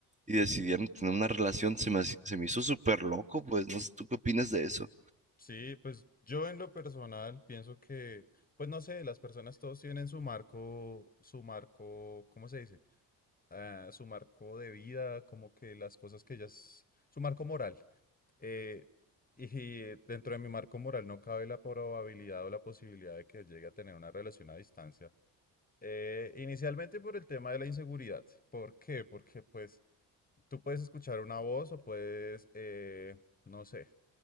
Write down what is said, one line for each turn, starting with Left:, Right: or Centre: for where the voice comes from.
Right: y decidieron tener una relación. Se me, haci- se me hizo súper loco, pues no sé, ¿tú qué opinas de eso?
Left: sí, pues yo en lo personal pienso que, pues no sé, las personas todos tienen su marco, su marco, ¿cómo se dice? Ah, su marco de vida, como que las cosas que ellas, su marco moral. Eh, y dentro de mi marco moral no cabe la probabilidad o la posibilidad de que llegue a tener una relación a distancia. Eh, inicialmente por el tema de la inseguridad. ¿Por qué? Porque pues tú puedes escuchar una voz o puedes, eh, no sé,